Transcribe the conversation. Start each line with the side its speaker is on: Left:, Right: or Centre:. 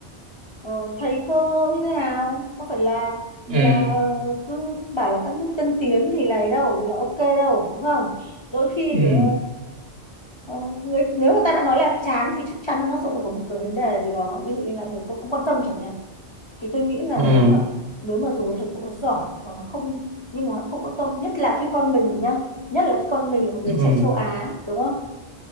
Left: ờ, thầy cô như thế nào có phải là
Right: ừ
Left: là ờ, cứ bảo là các nước tân tiến thì này đâu thì là ok đâu đúng không đôi khi
Right: ừ
Left: ờ, ờ, người, nếu mà ta đã nói là chán thì chắc chắn là nó sẽ phải có một cái vấn đề gì đó ví dụ như là thầy cô không quan tâm chẳng hạn thì tôi nghĩ là
Right: ừ
Left: nếu mà nếu mà dù thầy cô có giỏi hoặc là không nhưng mà họ không có tâm nhất là khi con mình nhá nhất là khi con mình là một đứa
Right: ừ
Left: trẻ châu Á đúng không